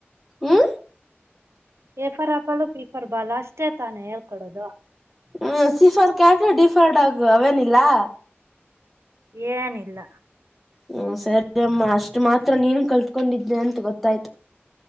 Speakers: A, in the centre; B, on the right.
A: ಹ್ಞೂ
B: A for apple B for ball ಅಷ್ಟೇ ತಾನೇ ಹೇಳ್ಕೊಡೋದು
A: ಹ್ಮ C for cat D for dog ಆಗ ಅವೇನಿಲ್ಲಾ
B: ಏನಿಲ್ಲ
A: ಹ್ಮ ಸರಿ ಅಮ್ಮ ಅಷ್ಟು ಮಾತ್ರ ನೀನು ಕಲ್ತ್ಕೊಂಡಿದ್ದೆ ಅಂತ ಗೊತ್ತಾಯ್ತು